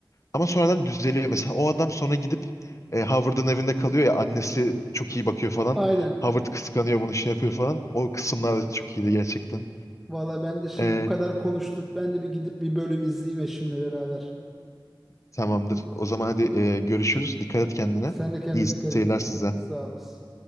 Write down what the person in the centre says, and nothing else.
aynen.
Valla ben de şimdi
bu kadar konuştuk. Ben de bir gidip bir bölüm izleyeyim eşimle beraber.
Sen de kendine
dikkat
et.
Sağ olasın.